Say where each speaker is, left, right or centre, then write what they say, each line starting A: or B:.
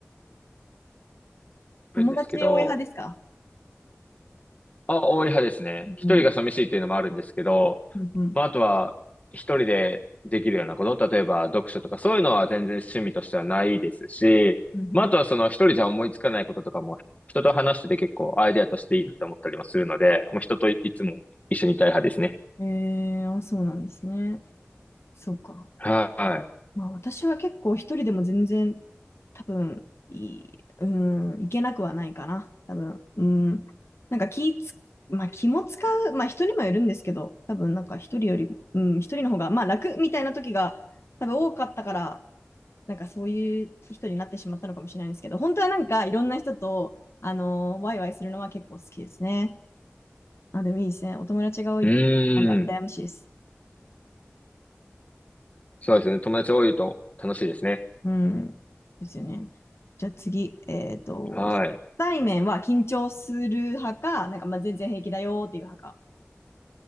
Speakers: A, on the left; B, on the left.
A: <laughs>
B: あるんですけど、
A: 友達多い派ですか
B: あ、多い派ですね。一人が寂しいっていうのもあるんですけど、
A: うん。うんうん。
B: まあ、あとは、一人でできるようなこと、例えば読書とか、そういうのは全然趣味としてはないですし、
A: うん
B: まあ、あとはその一人じゃ思いつかないこととかも、人と話してて結構アイデアとしていいなと思ったりもするので、もう人といいつも一緒にいたい派ですね。
A: うん。えー、あ、そうなんですね。そうか。
B: は
A: まあ、私は結構一人でも全然多分いい、うん、いけなくはないかな。多分、うん。なんか気つ、まあ気も使う、まあ人にもよるんですけど、多分なんか一人より、うん、一人の方が、まあ楽みたいな時が多分多かったから、なんかそういう人になってしまったのかもしれないんですけど、本当はなんかいろんな人と、あのーワイワイするのは結構好きですね。あ、でもいいですね。お友達が多いって、
B: い。う
A: なんか羨ましいです。
B: ーん。そうですね。友達多いと楽しいですね。
A: うん。ですよね。じゃあ次、えっと、
B: はい。
A: 初対面は緊張する派か、なんかまあ全然平気だよっていう派か。